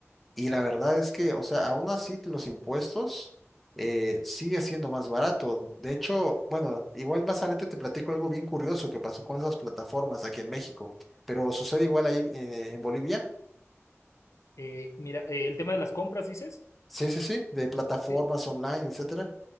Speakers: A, in the centre; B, on the left.
A: y la verdad es que, o sea, aún así los impuestos eh, sigue siendo más barato. De hecho, bueno, igual más adelante te platico algo bien curioso que pasó con esas plataformas aquí en México, pero sucede igual ahí eh, en Bolivia.
B: Eh, mira, eh, el tema de las compras, dices.
A: Sí, sí, sí, de plataformas
B: Sí,
A: online, etcétera.